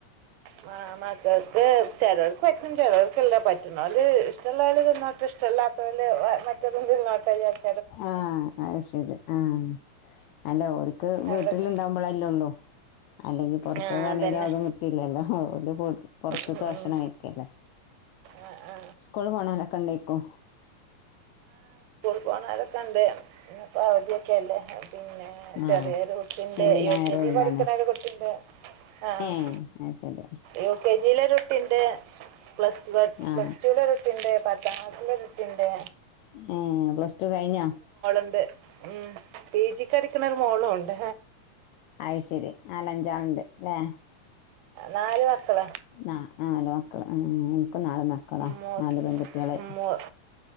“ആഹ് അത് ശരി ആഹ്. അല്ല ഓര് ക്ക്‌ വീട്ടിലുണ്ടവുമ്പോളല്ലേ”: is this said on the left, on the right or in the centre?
Left